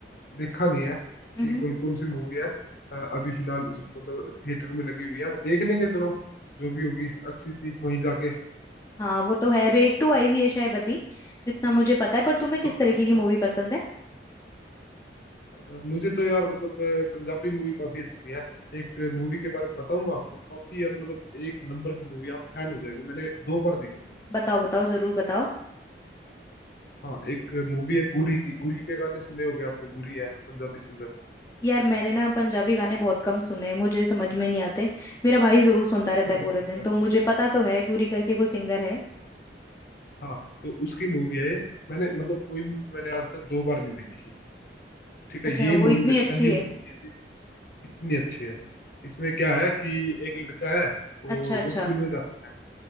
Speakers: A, on the left; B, on the left.
A: देखा नहीं है कि
B: हम्म
A: कौन कौन सी मूवी है अ, अभी फिलहाल उस मतलब थिएटर में लगी हुई है देख लेंगे चलो जो भी होगी अच्छी सी वहीं जाके
B: हाँ वो तो है रेट टू आई हुई है शायद अभी जितना मुझे पता है पर तुम्हें किस
A: और
B: तरीके
A: अच्छा
B: की मूवी पसंद है
A: अ, मुझे तो यार मतलब अ, पंजाबी मूवी काफी अच्छी है एक मूवी के बारे में बताऊंगा आपको काफी यार मतलब एक नंबर की मूवी आप फैन हो जाएंगे मैंने दो बार देखी थी
B: बताओ बताओ जरूर बताओ
A: हाँ एक मूवी है गुरी की गुरी के गाने सुने होंगे आपने गुरी है पंजाबी सिंगर
B: यार मैंने ना पंजाबी गाने बहुत कम सुने हैं मुझे समझ में नहीं आते मेरा भाई जरूर सुनता
A: <laughs>
B: रहता है पूरे
A: अच्छा
B: दिन
A: अच्छा
B: तो मुझे पता तो है गुरी करके कोई सिंगर है
A: हाँ तो उसकी मूवी है ये। मैंने मतलब कोई मूवी मैंने आज तक दो बार नहीं देखी ठीक है
B: अच्छा
A: ये
B: वो
A: मूवी
B: इतनी
A: में-
B: अच्छी
A: पहली
B: है
A: मूवी थी ऐसी इतनी अच्छी है इसमें क्या है कि एक लड़का है और
B: अच्छा
A: वो
B: अच्छा
A: स्कूल में जाता है